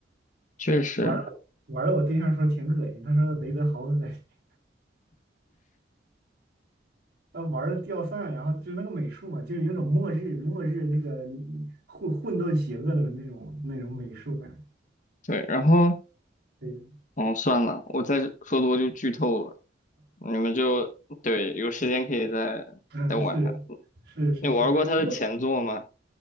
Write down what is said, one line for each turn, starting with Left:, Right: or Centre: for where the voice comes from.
Left: 确实。
Right: 玩儿玩的我对象说挺恶心，他说雷德好恶心，他玩的掉散，然后就是那个美术嘛，就是有种末日末日那个混混沌邪恶的那种那种美术感，
Left: 对，然后。
Right: 对，
Left: 哦，算了，我再说多就剧透了。你们就对，有时间可以再再玩一下。
Right: 嗯是。是是是，
Left: 你玩过他的前作吗？
Right: 不过